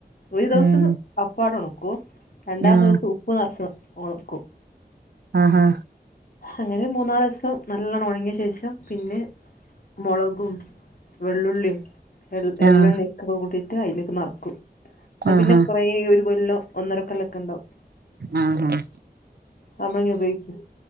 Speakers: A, on the left; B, on the right.
A: ഒരു ദിവസം
B: ഉം
A: അപ്പാട് ഉണക്കും രണ്ടാം
B: ആഹ്
A: ദിവ്സം ഉപ്പ് നറച്ച് ഒണക്കും
B: ആഹാ
A: അങ്ങനെ ഒരു മൂന്നാല്സം നല്ലണം ഒണങ്ങിയ ശേഷം പിന്നെ മുളകും വെള്ളുള്ളിം
B: ആഹ്
A: എള്ളെണ്ണക്കെ കൂട്ടിട്ട് അയിലേക്ക് നറക്കും അത്
B: ആഹാ
A: പിന്നെ കൊറേ ഒരു കൊല്ലം ഒന്നര കൊല്ലൊക്കെണ്ടാവും
B: ആഹ്
A: നമ്മളിങ്ങനെ ഉപയോഗിക്കും